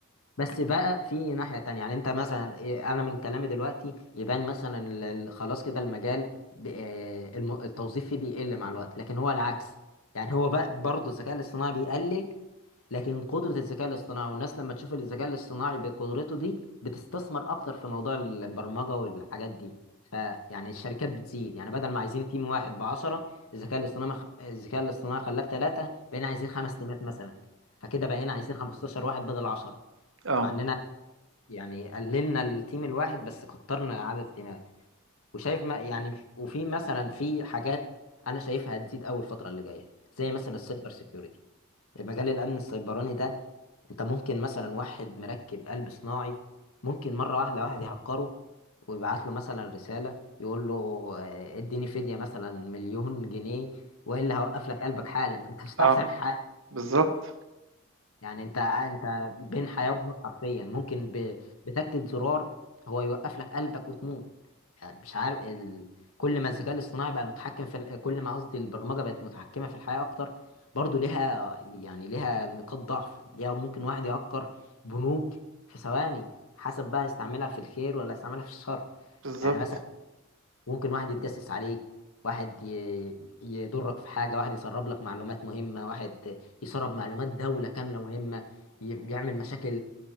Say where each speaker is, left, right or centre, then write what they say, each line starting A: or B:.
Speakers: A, on the left; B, on the right.
A: بس بقى في ناحية تانية يعني انت مثلا إيه، انا من كلامي دلوقتي يبان مثلا ال- ال- خلاص كده المجال ب- آه، الم- التوظيف فيه بيقل مع الوقت لكن هو العكس يعني هو بقى برضه الذكاء الاصطناعي بيقلل لكن قدرة الذكاء الاصطناعي والناس لما تشوف الذكاء الاصطناعي بقدرته دي بتستثمر اكتر في موضوع البرمجة والحاجات دي فيعني الشركات بتزيد يعني بدل ما عايزين تيم واحد بعشرة الذكاء الاصطناعي الذكاء الاصطناعي خلاه بتلاتة بقينا عايزين خمس تيمات مثلا فكده بقينا عايزين 15 واحد بدل 10
B: اه
A: مع اننا يعني قللنا التيم الواحد بس كترنا عدد التيمات وشايف ما يعني وفي مثلا في حاجات انا شايفها هتزيد اول الفتره اللي جايه زي مثلا السايبر سيكيورتي مجال الامن السيبراني ده انت ممكن مثلا واحد مركب قلب صناعي ممكن مره واحده واحد يهكره ويبعت له مثلا رساله يقول له آه، اديني فديه مثلا مليون جنيه والا هوقف لك قلبك حالا انت مش هتعرف
B: اه
A: تعمل حاجه
B: بالظبط
A: يعني انت انت بين حياة وموت حرفيا ممكن ب... بتكة زرار هو يوقف لك قلبك وتموت يعني مش عارف ال... كل ما الذكاء الاصطناعي بقى متحكم في ال- كل ما قصدي البرمجة بقت متحكمة في الحياة اكتر برضو ليها يعني ليها نقاط ضعف ليها ممكن واحد يهكر بنوك في ثواني حسب بقى يستعملها في الخير ولا يستعملها في الشر
B: بالظبط
A: يعني مثلا ممكن واحد يتجسس عليك واحد ي- يضرك في حاجة واحد يسرب لك معلومات مهمة واحد يسرب معلومات دولة كاملة مهمة ي- يعمل مشاكل